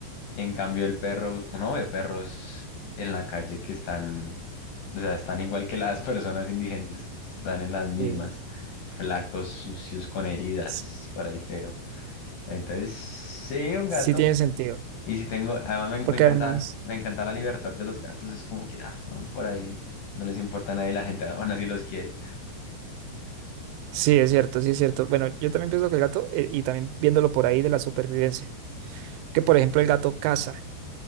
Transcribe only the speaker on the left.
En cambio, el perro, uno ve perros en la calle que están, o sea, están igual que las personas indigentes, están en las mismas,
flacos, sucios, con heridas,
por ahí feo. Entonces, sí, un
gato,
y si tengo, además me,
me encanta,
me encanta la libertad de los gatos, es como que, ah, van por ahí, no les importa a nadie, la gente aún así los quiere.